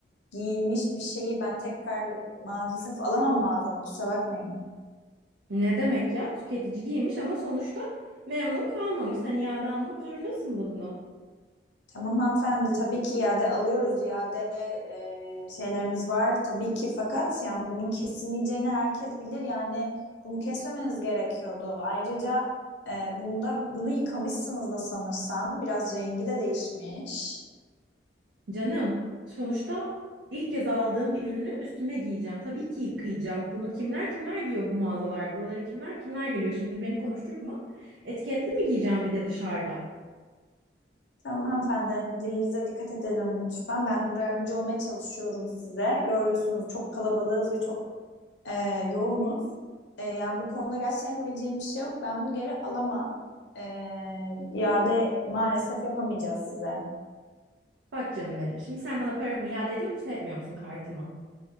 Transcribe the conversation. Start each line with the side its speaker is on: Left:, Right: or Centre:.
Left: giyilmiş bir şeyi ben tekrar maalesef alamam mağazama kusura bakmayın.
Right: Ne demek ya? Tüketici giymiş ama sonuçta memnun kalmamış. Sen iade almak zorundasın bunu.
Left: Tamam hanımefendi tabii ki iade alıyoruz iade e, şeylerimiz var tabii ki fakat yani bunun kesilmeyeceğini herkes bilir yani bunu kesmemeniz gerekiyordu. Ayrıca e, bunda bunu yıkamışsınız da sanırsam biraz rengi de değişmiş.
Right: Canım, sonuçta ilk kez aldığım bir ürünü üstüme giyeceğim. Tabii ki yıkayacağım. Bunu kimler kimler giyiyor bu mağazalarda? Buraları kimler kimler geliyor? Şimdi beni konuşturtma. Etiketli mi giyeceğim bir de dışarıda?
Left: Tamam hanımefendi hani dilinize dikkat edelim lütfen ben de buraya yardımcı olmaya çalışıyorum size görüyorsunuz çok kalabalığız ve çok e, yoğunuz. E, yani bu konuda gerçekten yapabileceğim bir şey yok. Ben bunu geri alamam. E, iade maalesef yapamayacağız size.
Right: Bak canım benim. Şimdi sen bana paramı iade ediyor musun, etmiyor musun kartıma?